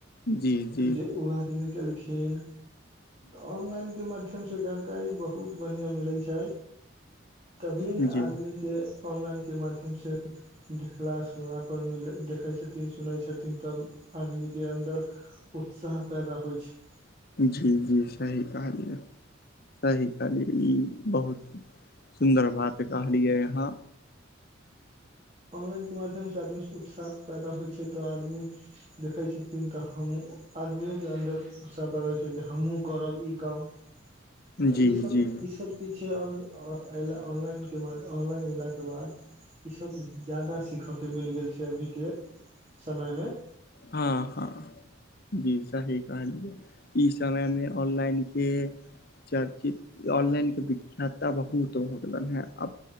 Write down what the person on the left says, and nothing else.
जी जी
जी जी
जी जी सही कहलियै। सही कहलियै, ई बहुत सुन्दर बात कहलियै अहां।
जी
जी
हँ हँ। जी सही कहलियै, ई समय मे ऑनलाइन के चर्चित ऑनलाइनके विख्याता बहुत भऽ गेलनि हेँ आब